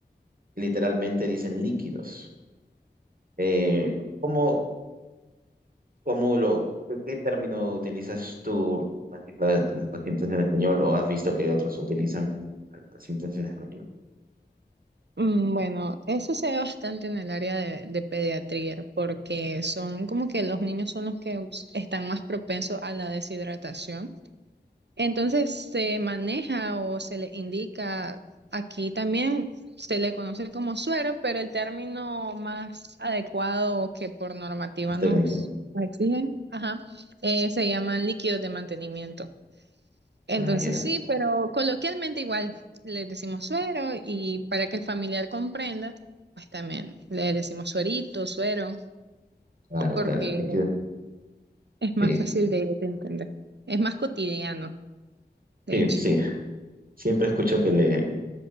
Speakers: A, on the right (about 55°); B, on the right (about 75°).
A: literalmente dicen líquidos. Eh, ¿Cómo, ¿Cómo lo, qué, qué término utilizas tú así para los pacientes en español o has visto que otros utilizan a los pacientes en español?
B: Mm, Bueno, eso se ve bastante en el área de, de pediatría, porque son como que los niños son los que s- están más propensos a la deshidratación. Entonces se maneja o se le indica, aquí también se le conoce como suero, pero el término más adecuado que por normativa
A: Es técnico.
B: nos exigen, ajá, eh, se llaman líquidos de mantenimiento. Entonces
A: Ah, ya,
B: sí, pero coloquialmente igual le decimos suero y para que el familiar comprenda, pues también le decimos suerito, suero,
A: claro,
B: porque
A: claro. De
B: es
A: sí,
B: más fácil de, de entender. Es más cotidiano, de
A: sí,
B: hecho.
A: sí. Siempre escucho que le,